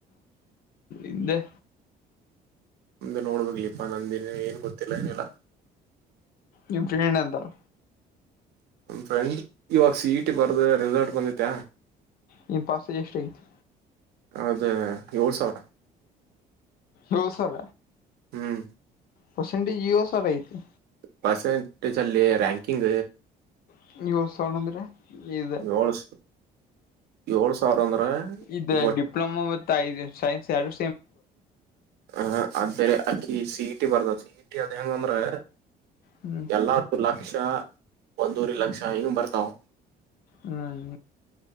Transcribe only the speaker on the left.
ಇ
ನಿಮ್ ಪ್ರೇಂಡ ಅಂತಲ್ಲ
ನಿನ್ ಪಾಸ್ಜ ಎಷ್ಟ ಆಗತಿ
ರೌಸರ
ಪರ್ಸೆಂಟೆಜ ಇಒ ಸ ರಯತಿ
ತ್ ಸಾವಿರ ಅಂದ್ರೆ ಇದು
ಇದು
ಡಿಪ್ಲೊಮಾ ಮ ಐದು ಸೈನ್ಸ್ ಯಡು
ಹ್ಞೂ
ಹ್ಮ್